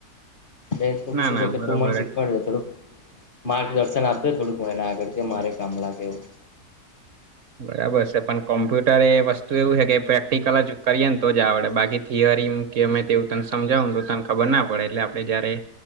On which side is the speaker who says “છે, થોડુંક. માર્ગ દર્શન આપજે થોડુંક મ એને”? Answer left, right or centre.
Left